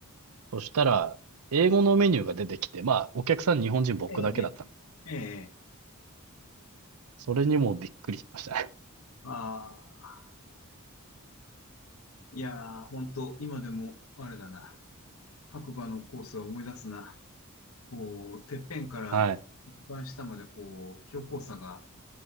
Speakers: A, on the right; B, on the left.
A: そしたら、英語のメニューが出てきて、まあ、お客さん日本人僕だけだったんです。
B: ええ、ええ、ええ
A: それにもびっくりしましたね。
B: ああ、いやー、ほんと、今でも、あれだな。白馬のコースは思い出すな。こう、てっぺんから一番下まで、
A: <laughs> はい。
B: こう、標高差が、